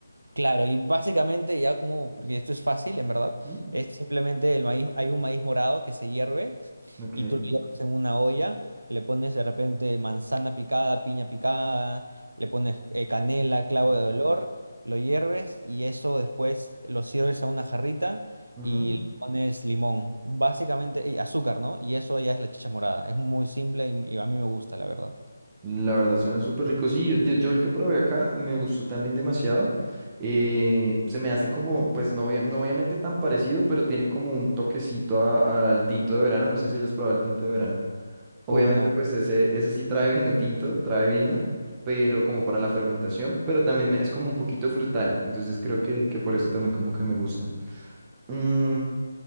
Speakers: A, on the right (about 85°); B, on the right (about 20°).
A: Claro, y básicamente ya como, porque esto es fácil, en verdad,
B: ujú.
A: es simplemente el maíz, hay un maíz morado que se hierve
B: Ok.
A: y tú lo hierves en una olla, le pones de repente manzana picada, piña picada, le pones eh, canela, clavo
B: Muy
A: de
B: rico.
A: olor, lo hierves y eso después lo sirves a una jarrita
B: Ajá.
A: y le pones limón, básicamente y azúcar, ¿no? Y eso ya es la chicha morada, es muy simple y, y a mí me gusta, la verdad.
B: La verdad suena súper rico. Sí, yo, yo el que probé acá me gustó también demasiado. Eh, se me hace como, pues no, obvia- no obviamente tan parecido, pero tiene como un toquecito a- al tinto de verano. No sé si hayas probado el tinto de verano. Obviamente,
A: Uy, no.
B: pues ese, ese sí trae vino tinto, trae vino, pero como para la fermentación, pero también es como un poquito frutal, entonces creo que, que por eso también como que me gusta. Mm,